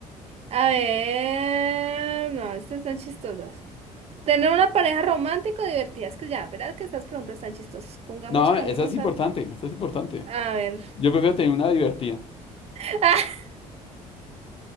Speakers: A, on the right; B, on the left.
A: A ver. No, estas están chistosas. Tener una pareja romántica o divertida. Es que ya, ¿verdad que estas preguntas están chistosas? Pongamos,
B: No,
A: cambiemos
B: eso es importante,
A: algo.
B: eso es importante.
A: A ver.
B: Yo prefiero tener una divertida.
A: <laughs>